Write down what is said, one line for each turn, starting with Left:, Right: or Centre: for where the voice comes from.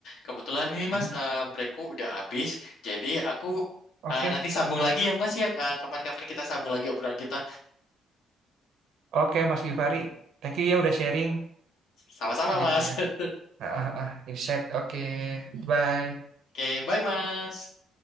Left: kebetulan ini Mas
Right: Hmm?
Left: eh, breakku udah habis, jadi aku
Right: Oke,
Left: eh, nanti sambung lagi ya Mas ya. Eh, kapan-kapan kita sambung lagi obrolan kita.
Right: Oke Mas Givari, thank you ya udah sharing,
Left: Sama-sama
Right: jadi
Left: Mas.
Right: banyak
Left: <laughs>
Right: ah, ah, ah, insight. Oke, bye.
Left: Oke, bye Mas.